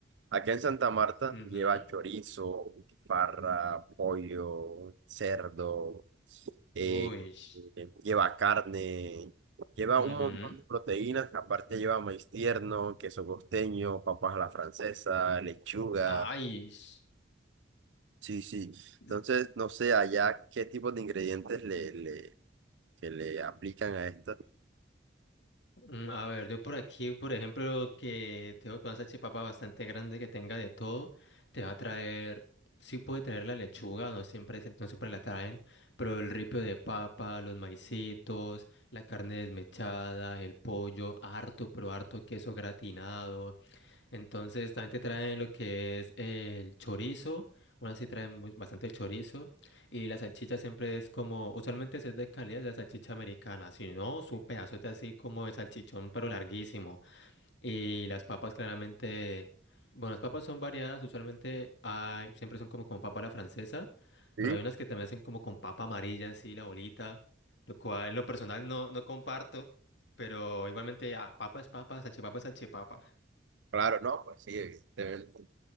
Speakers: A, on the right; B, on the left.
A: aquí en Santa Marta
B: Ujú.
A: lleva chorizo, farra, pollo, cerdo. eh,
B: Uy. sh-
A: eh, lleva carne, lleva
B: ujú.
A: un montón de proteínas, aparte lleva maíz tierno, queso costeño, papas a la francesa, lechuga,
B: Ay, s-
A: sí, sí. Entonces,
B: s-
A: no sé allá qué tipo de ingredientes le, le, que le aplican a esto.
B: mm, a ver, yo por aquí, por ejemplo, que tengo con esa chipapa bastante grande que tenga de todo, te va a traer, sí puede traer la lechuga, no siempre, es el- no siempre la traen, pero el ripio de papa, los maicitos, la carne desmechada, el pollo, harto, pero harto queso gratinado. Entonces también te traen lo que es el chorizo, unas sí traen mu- bastante chorizo y la salchicha siempre es como, usualmente si es de calidad es la salchicha americana, si no, su pedazote así como de salchichón pero larguísimo. Y las papas claramente, bueno, las papas son variadas, usualmente hay, siempre son como con papa a la francesa,
A: Sí,
B: pero hay unas que también hacen como con papa amarilla, así la bolita, lo cual en lo personal no, no comparto, pero igualmente, ah, papa es papa, salchipapa es salchipapa.
A: claro, no, pues sí, evidentemente.